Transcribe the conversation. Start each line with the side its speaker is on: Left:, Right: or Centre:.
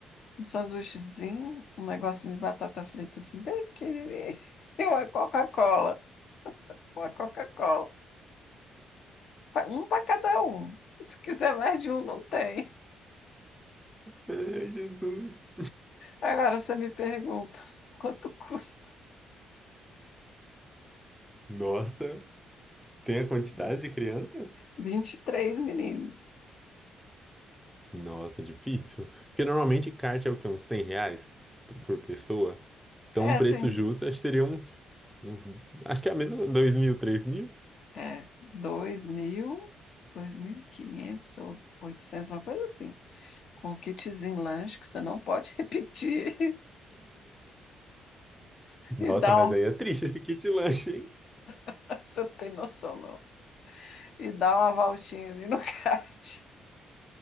Left: Um sanduíchezinho, um negocinho de batata frita assim, bem pequenininho. <laughs> E uma Coca-Cola. Uma Coca-Cola. Pa- Um para cada um. Se quiser mais de um, não tem.
Centre: Ai, Jesus.
Left: Agora você me pergunta, <laughs> quanto custa?
Centre: Nossa, tem a quantidade de crianças?
Left: vinte e três meninos.
Centre: Nossa, difícil. Porque normalmente kart é o quê? Uns cem reais por pessoa. Então,
Left: É,
Centre: um preço
Left: sim.
Centre: justo, acho que seria uns, uns... Acho que é a mesma, dois mil, 3 mil.
Left: É, dois mil, 2.500 ou 800 uma coisa assim. Com um kitzinho lanche que você não pode <laughs> repetir.
Centre: Nossa,
Left: E dá
Centre: mas
Left: uma.
Centre: aí é triste esse kit lanche, hein?
Left: <laughs> Você não tem noção, não. E dá uma voltinha ali no <laughs> kart.